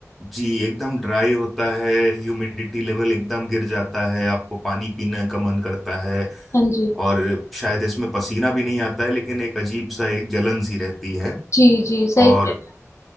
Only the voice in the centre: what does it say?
जी एकदम ड्राई होता है ह्यूमिडिटी लेवल एकदम गिर जाता है आपको पानी पीने का मन करता है
और शायद इसमें पसीना भी नहीं आता है लेकिन एक अजीब सा एक जलन सी रहती है
और